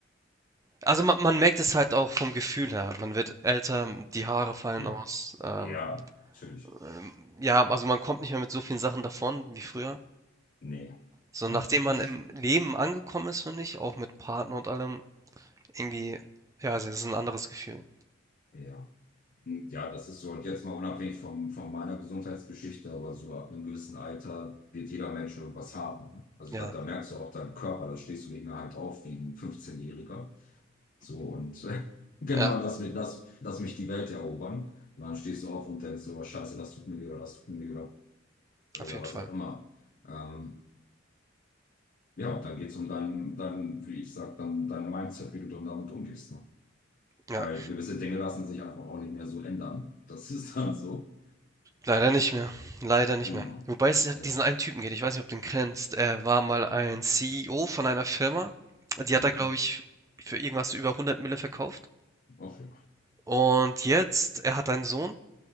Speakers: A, on the right; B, on the left.
A: Also man, man merkt es halt auch vom Gefühl her. Man wird älter, die Haare fallen
B: Ja,
A: aus. Ähm,
B: ja, natürlich.
A: ähm, ja, also man kommt nicht mehr mit so vielen Sachen davon wie früher.
B: Nee.
A: So
B: Ja,
A: nachdem
B: das,
A: man im Leben angekommen ist, finde ich, auch mit Partner und allem, irgendwie, ja, es ist ein anderes Gefühl.
B: ja. Hm, Ja, das ist so. Und jetzt mal unabhängig vom, von meiner Gesundheitsgeschichte, aber so ab einem gewissen Alter wird jeder Mensch irgendwas haben. ne? Also
A: Ja,
B: da, da merkst du auch deinen Körper, da stehst du nicht mehr halt auf wie ein 15-Jähriger. So und äh, <laughs> genau,
A: ja,
B: lass mich, lass, lass mich die Welt erobern. Und dann stehst du auf und denkst so, oh, Scheiße, das tut mir weh oder das tut mir weh oder
A: auf
B: oder
A: jeden
B: was
A: Fall.
B: auch immer. Ähm, ja, dann geht's um dein, dein, wie ich sag, dann dein Mindset, wie du dann damit umgehst. Ne?
A: Ja.
B: Weil gewisse Dinge lassen sich einfach auch nicht mehr so ändern. Das <laughs> ist dann so.
A: Leider nicht mehr. Leider nicht
B: Genau.
A: mehr. Wobei es ja
B: Ja.
A: diesen einen Typen geht, ich weiß nicht, ob du ihn kennst. Er war mal ein CEO von einer Firma. Die
B: Mhm.
A: hat er, glaube ich, für irgendwas über 100 Mille verkauft.
B: Auch ja.
A: Und jetzt, er hat einen Sohn